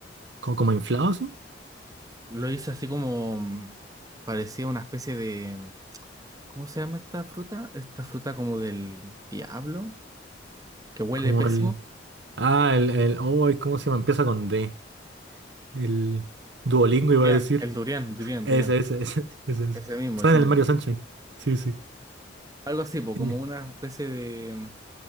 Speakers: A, on the right (about 70°); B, on the right (about 20°).
A: ¿Como, como inflado, así?
B: Lo hice así como, mm, parecía una especie de, mm, ¿cómo se llama esta fruta? Esta fruta como del diablo, que huele
A: Como
B: pésimo.
A: el. Ah, el, el. Oh, ¿cómo se llama? Empieza con D. El Duolingo iba
B: Durian,
A: a decir.
B: el durian, durian,
A: Ese,
B: durian.
A: ese, ese, ese, ese.
B: Ese mismo,
A: sabes
B: ese mismo.
A: el Mario Sunshine. Sí, sí.
B: Algo así, po,
A: Y-
B: como una especie de, mm,